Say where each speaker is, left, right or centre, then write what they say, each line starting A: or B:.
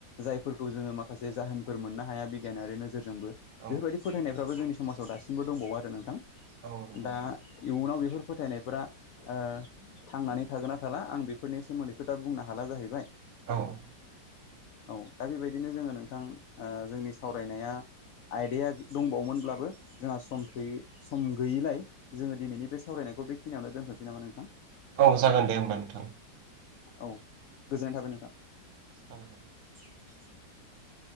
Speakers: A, on the left; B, on the right.
A: जायफोरखौ जोङो माखासे जाहोनफोर मोननो हाया बि गियान आरो नोजोरजोंबो
B: औ
A: बेफोरबायदि फोथायनायफ्राबो जोंनि समाजाव दासिमबो दंबावो आरो नोंथां
B: औ नंगौ
A: दा
B: नोंथां
A: इयुनाव बेफोर फोथायनायफोरा ओ थांनानै थागोन ना थाला आं बेफोरनि सोमोन्दैथ' दा बुंनो हाला जाहैबाय
B: औ
A: औ दा बेबायदिनो जोङो नोंथां ओ जोंनि सावरायनाया आयदाया दंबावोमोनब्लाबो जोंहा सम थोयि सम गैयिलाय जोङो दिनैनि बे सावरायनायखौ बेखिनियावनो दोनथसैनामा नोंथां?
B: औ जागोन दे होमबा नोंथां।
A: औ गोजोननाय थाबाय नोंथां।
B: <unintelligible>
A: <inaudible>